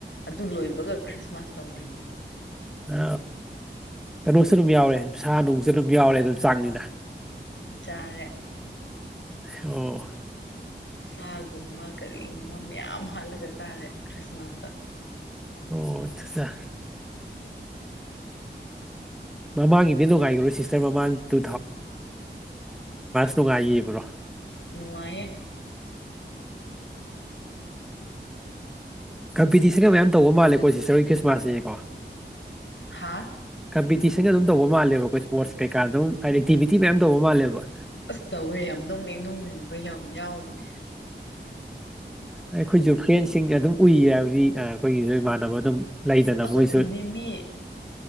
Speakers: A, on the left; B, in the centre.
A: ꯑꯗꯨ ꯂꯣꯏꯕꯒ ꯈ꯭ꯔꯤꯁꯃꯥꯁ ꯇꯧꯔꯤꯅꯦꯕ
B: ꯑ ꯀꯩꯅꯣꯁꯨ ꯑꯗꯨꯝ ꯌꯥꯎꯔꯦ ꯑꯗꯨ ꯁꯥ ꯅꯨꯡꯁꯨ ꯑꯗꯨꯝ ꯌꯥꯎꯔꯦ ꯑꯗꯨꯝ ꯆꯥꯛꯅꯤꯅ
A: ꯆꯥꯔꯦ
B: ꯑꯣ
A: ꯁꯥꯒꯨꯝꯕ ꯀꯔꯤ ꯝ ꯌꯥꯝ ꯍꯥꯠꯂꯒ ꯆꯥꯔꯦ ꯈ꯭ꯔꯤꯁꯃꯥꯁꯇ
B: ꯑꯣꯆꯥ ꯃꯃꯥꯡꯒꯤꯗꯤ ꯅꯨꯡꯉꯥꯏꯈ꯭ꯔꯣ ꯁꯤꯁꯇꯔ ꯃꯃꯥꯡ ꯇꯨ ꯇꯨꯒꯥꯏꯌꯦꯕ꯭ꯔꯣ
A: ꯅꯨꯡꯉꯥꯏꯌꯦ
B: ꯀꯝꯄꯤꯇꯤꯁꯟꯒ ꯃꯌꯥꯝ ꯇꯧꯕ ꯃꯥꯜꯂꯦꯀꯣ ꯁꯤꯁꯇꯔ ꯍꯣꯏ ꯈ꯭ꯔꯤꯃꯥꯁ ꯁꯤꯅꯤꯀꯣ
A: ꯍꯥꯥ
B: ꯀꯝꯄꯤꯇꯤꯁꯟꯒ ꯑꯗꯨꯝ ꯇꯧꯕ ꯃꯥꯜꯂꯦꯕ ꯑꯩꯈꯣꯏ ꯏꯁꯄꯣꯔꯠꯁ ꯀꯩꯀꯥ ꯑꯗꯨꯝ ꯍꯥꯏꯗꯤ ꯑꯦꯛꯇꯤꯚꯤꯇꯤ ꯃꯌꯥꯝ ꯇꯧꯕ ꯃꯥꯜꯂꯦꯕ
A: ꯑꯁ ꯇꯧꯋꯦ ꯌꯥꯝ ꯅꯧꯅꯤꯡ ꯅꯧꯅꯤꯡꯕ ꯌꯥꯝ ꯌꯥꯎꯕꯅꯦ
B: ꯑꯩꯈꯣꯏꯁꯨ ꯐ꯭ꯔꯦꯟꯁꯤꯡꯒ ꯑꯗꯨꯝ ꯎꯏ ꯍꯥꯏꯕꯗꯤ ꯑꯩꯈꯣꯏꯒꯤꯁꯨ ꯏꯃꯥꯟꯅꯕ ꯑꯗꯨꯝ ꯂꯩꯗꯅ
A: ꯑꯩꯈꯣꯏ
B: ꯃꯣꯏꯁꯨ
A: ꯈꯨꯟꯅꯤ ꯃꯤ